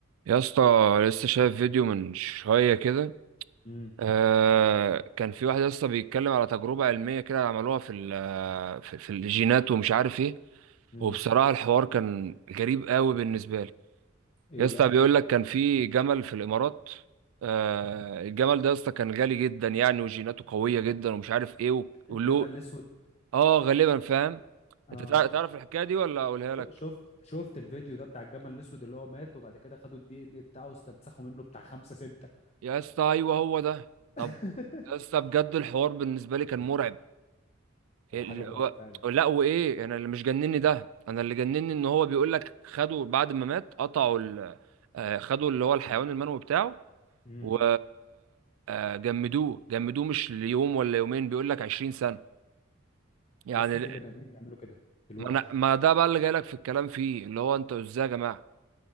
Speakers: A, on the right (about 75°); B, on the left (about 30°).
A: يا اسطى لسه شايف فيديو من شوية كده
B: امم
A: آه كان في واحد يا اسطى بيتكلم على تجربة علمية كده عملوها في ال- في في الجينات ومش عارف ايه
B: امم
A: وبصراحة الحوار كان غريب قوي بالنسبة لي
B: ايه
A: يا اسطى
B: بقى
A: بيقول لك كان في جمل في الإمارات آه الجمل ده يا اسطى كان غالي جدا يعني وجيناته قوية جدا ومش عارف ايه وله
B: الجمل الاسود
A: اه غالبا فاهم
B: اه
A: انت تع- تعرف الحكاية دي ولا اقولها لك
B: شفت شفت الفيديو ده بتاع الجمل الاسود اللي هو مات وبعد كده خدوا الدي ان بتاعه واستنسخوا منه بتاع خمسة ستة
A: يا اسطى ايوه هو ده طب
B: <laughs>
A: يا اسطى بجد الحوار بالنسبة لي كان مرعب اللي
B: هو حاجة مرعبة
A: هو
B: فعلا
A: لا وايه انا اللي مش جنني ده انا اللي جنني ان هو بيقول لك خدوا بعد ما مات قطعوا ال... آه، خدوا اللي هو الحيوان المنوي بتاعه
B: امم
A: و آه، جمدوه جمدوه مش ليوم ولا يومين بيقول لك 20 سنة يعني
B: يا اسطى
A: ال-
B: في بني ادمين بيعملوا كده دلوقتي
A: ما أنا- ما ده بقى اللي جاي لك في الكلام فيه اللي هو انتوا ازاي يا جماعة